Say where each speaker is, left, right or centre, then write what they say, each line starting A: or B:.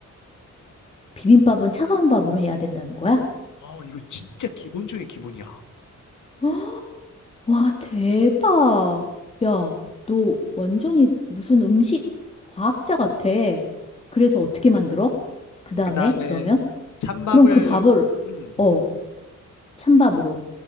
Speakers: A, on the left; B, on the left.
A: 비빔밥은 차가운 밥으로 해야 된다는 거야?
B: 어, 이거 진짜 기본 중에 기본이야.
A: <gasps> 헉, 와, 대박. 야, 너 완전히 무슨 음식 과학자 같아. 그래서 어떻게 만들어? 그 다음에,
B: 그 다음에
A: 그러면?
B: 찬밥을,
A: 그럼 그 밥을,
B: 음,
A: 어, 찬밥으로.